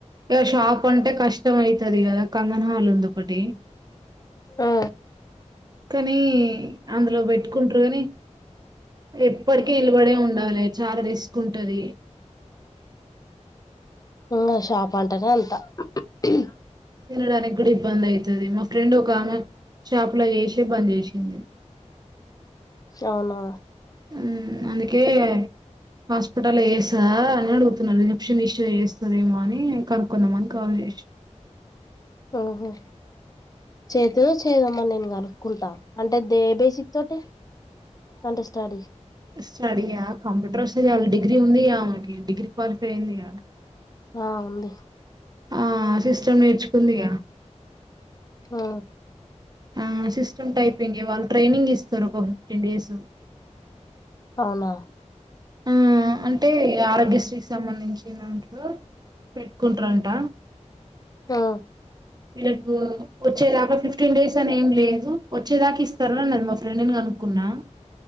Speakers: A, on the right; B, on the left.
A: ఇక షాప్ అంటే కష్టం అయితది కదా కంగనా హల్ ఉంది ఒకటి
B: ఆ
A: కానీ అందులో పెట్టుకుంటారు కాని ఎప్పటికి నిలబడే ఉండాలి చాలా రిస్క్ ఉంటది
B: ఇంగ షాప్ అంటనే అంత ము హ్
A: తినడానికి కూడా ఇబ్బంది అయితది మా ఫ్రెండ్ ఒక ఆమె షాప్ లో చేసి బంద్ చేసింది
B: అవునా
A: మ్ హ్ అందుకే హాస్పిటల్ చేస్తదా అని అడుగుతున్నా రిసేప్షనిస్ట్ చేస్తదేమో అని కనుకుందామని కాల్ చేసిన
B: మ్మ్ హ్హ్ చెత్తది కావచ్చు చేస్తావమ్మా అని నేను కనుక్కుంటా అంటే ఏ బేసిక్ తోటి అంటే స్టడీ
A: స్టడీయా కంప్యూటర్ వస్తే చాలు డిగ్రీ ఉంది ఆమెకి డిగ్రీ క్వాలిఫై అయిందిగా
B: ఆ ఉంది
A: ఆ సిస్టమ్ నేర్చుకుందిగా
B: ఆ
A: ఆ సిస్టమ్ టైపింగే వాళ్ళు ట్రైనింగ్ ఇస్తారు ఒక ఫిఫ్టీన్ డేస్
B: అవునా
A: హా అంటే ఆరోగ్యశ్రీకి సంబంధించి దాంట్లో పెట్టుకుంటారంట
B: మ్మ్
A: వీళ్లకు వచ్చేదాకా ఫిఫ్టీన్ డేస్ అని ఏం లేదు వచ్చేదాకా ఇస్తారు అన్నరు మా ఫ్రెండు ను కనుక్కున్నా